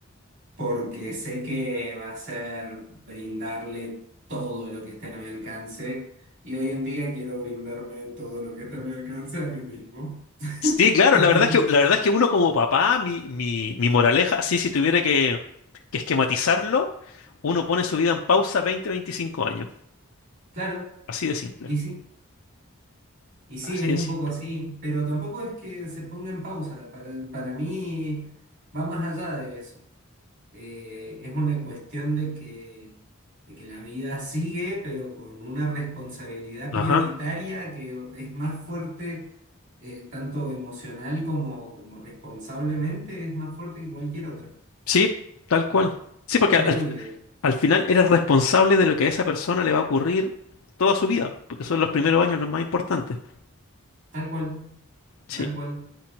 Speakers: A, on the right; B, on the left.
A: porque sé que va a ser brindarle todo lo que esté a mi alcance y hoy en día quiero brindarme todo lo que esté a mi alcance a mí mismo.
B: Sí,
A: <laughs>
B: claro, la verdad es que, la verdad es que uno como papá, mi, mi, mi moraleja, así si tuviera que, que esquematizarlo, uno pone su vida en pausa 20, 25 años.
A: Claro,
B: Así de simple.
A: y sí, y sí,
B: Así
A: es
B: de
A: un
B: simple.
A: poco así, pero tampoco es que se ponga en pausa, para, para mí va más allá de eso. Eh, es una cuestión de que, de que la vida sigue, pero con una responsabilidad
B: Ajá.
A: prioritaria que es más fuerte, eh, tanto emocional como, como responsablemente, es más fuerte que cualquier otra,
B: Sí, tal cual. Sí,
A: en
B: porque
A: toda
B: al,
A: tu vida,
B: al final eres responsable de lo que a esa persona le va a ocurrir toda su vida, porque son los primeros años los más importantes.
A: tal cual,
B: Sí,
A: tal cual.